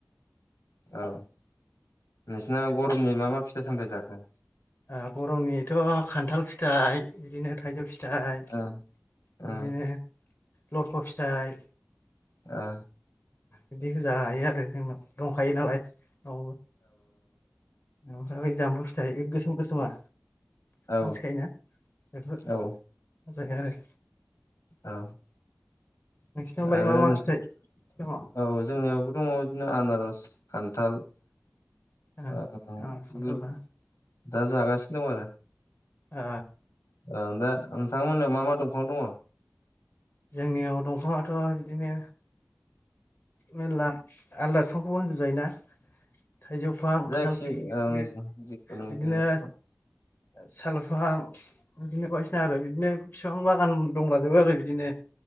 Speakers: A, on the left; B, on the left.
A: औ नोंसिना गरमनि मा मा फिथ सामथायबाय जाखो?
B: ओ गरमनिथ' खान्थाल फिथाइ बिदिनो थाइजौ फिथाइ
A: ओ
B: बिदिनो
A: ओ
B: लरख' फिथाइ
A: ओ
B: बिदिखौ जायो आरो जोंनाव दंखायो नालाय औ ओमफ्राय बैजामबु फिथाय बै गोसोम गोसोमा।
A: ओ औ
B: मिनथिखायो ना बेफोर मोजां
A: औ
B: आरो
A: औ
B: नोंसिनावलाय
A: आरो
B: मा मा
A: नोंसोर
B: फिथाइ दङ
A: औ जोंनियावबो दङ बिदिनो आनारस, खान्थाल।
B: आनारस
A: ओ बिदि
B: खान्थाल ना
A: दा जागासिनो दं आरो
B: ओ
A: ओं दा नोंथांमोनाव मा मा दंफां दङ?
B: जोंनियाव दंफाङाथ' बिदिनो मेरला आलदा बिफांखौबो होनजोब जायोना? थाइजौफां
A: जायखि
B: खान्थाल फां
A: ओं
B: बिनो
A: जिखुनु
B: बिदिनो
A: जे ओ
B: सालफां बिदिनो बायसिना आरो बिदिनो बिफां बागान दंबाजोबो आरो बिदिनो।